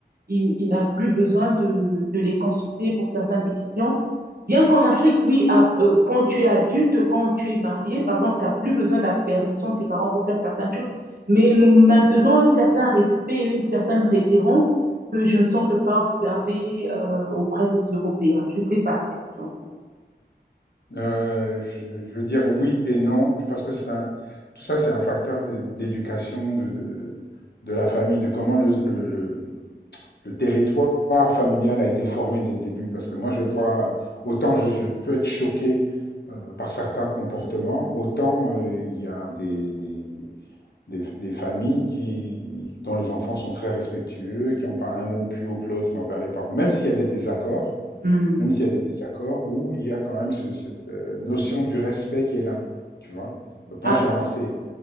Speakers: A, on the right; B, on the left.
A: il, il n'a plus besoin de, de, les consulter pour certaines décisions. Bien qu'en Afrique, oui, à, euh, quand tu es adulte, quand tu es marié, par exemple, tu n'as plus besoin de la permission de tes parents pour faire certaines choses, mais nous maintenons un certain respect, une certaine révérence que je ne semble pas observer euh, auprès des Européens. Je ne sais pas, question.
B: Euh, je, je veux dire oui et non. Je pense que c'est un, tout ça, c'est un facteur de- d'éducation de, de, de la famille, de comment le, le, le- le territoire familial a été formé dès le début. Parce que moi, je vois, euh, autant je, je peux être choqué euh, par certains comportements, autant euh, il y a des, des, des- des familles qui, dont les enfants sont très respectueux, qui n'ont pas un mot plus haut que l'autre envers les parents, même s'il y a des désaccords,
A: Mm.
B: même s'il y a des désaccords, où il y a quand même ce- cette euh, notion du respect qui est là, tu vois. Donc
A: Ah,
B: moi, j'ai remarqué,